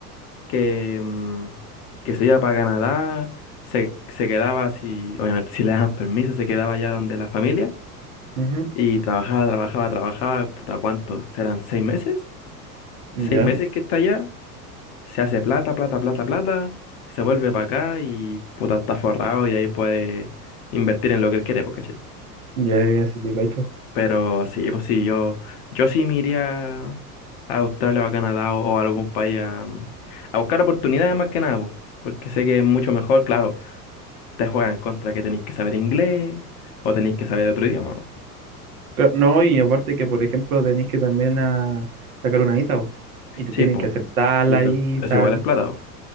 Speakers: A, on the left; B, on the right.
A: que, mm, que se iba para Canadá, se, se quedaba, si, obviamente, si le daban permiso, se quedaba allá donde la familia
B: ujú,
A: Y trabajaba, trabajaba, trabajaba, puta, ¿cuántos? ¿Serán seis meses? Seis
B: Ya,
A: meses que está allá, se hace plata, plata, plata, plata, se vuelve para acá y puta, está forrado y ahí puede invertir en lo que él quiere, pues, ¿cachai?
B: ya, ya, sí te cacho.
A: Pero sí, pues sí, yo, yo sí me iría a Australia o a Canadá o, o a algún país a, a buscar oportunidades más que nada, po, porque sé que es mucho mejor, claro, te juegan contra que tenéis que saber inglés o tenéis que saber otro idioma. ¿no?
B: Cla- No, y aparte que, por ejemplo, tenés que también a sacar una visa, po, y te
A: Sí,
B: tienen
A: pues,
B: que aceptar la
A: y eso,
B: visa.
A: eso igual es plata,